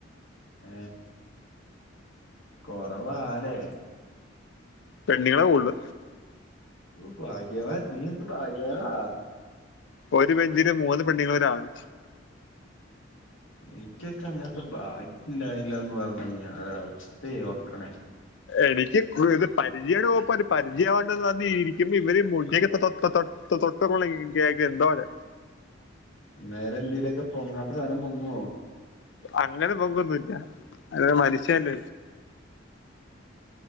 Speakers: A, on the left (about 80°); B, on the left (about 65°).
A: ഏ കൊറവാലേ?
B: പെണ്ണിങ്ങളാ ളൂള്ള്
A: ഉം ഭാഗ്യവാൻ നീ എന്ത് ഭാഗ്യവാനാടാ
B: ഒരു ബെഞ്ചില് മൂന്ന് പെണ്ണിങ്ങളു ഒരാണും.
A: എനിക്കൊക്കെ അങ്ങനത്തെ ഭാഗ്യലല്ലാന്ന് പറഞ്ഞാ അവസ്ഥയേ ഓർക്കണേ
B: എനിക്ക് കൊരു പരിചയോപരി പരിചയവണ്ടെന്ന് പറഞ്ഞരിക്ക്പ ഇവര് മുന്നിക്കത്തെ തത്തതൊ തൊ തൊട്ട കേ ഇന്ത്യക്ക് ന്തേര്
A: നേരെയില്ലിലെക്കെ പൊങ്ങാത്ത സാനം പൊങ്ങേ?
B: അങ്ങനെ പൊങ്ങൊന്നില്ല അത് മനുഷ്യല്ല